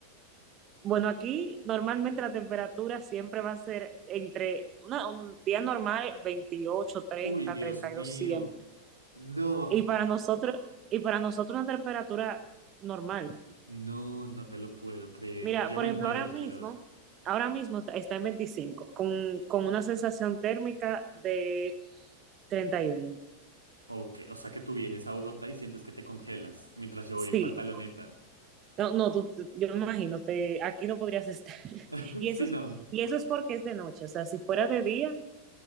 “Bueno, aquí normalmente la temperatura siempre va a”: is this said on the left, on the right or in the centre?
Right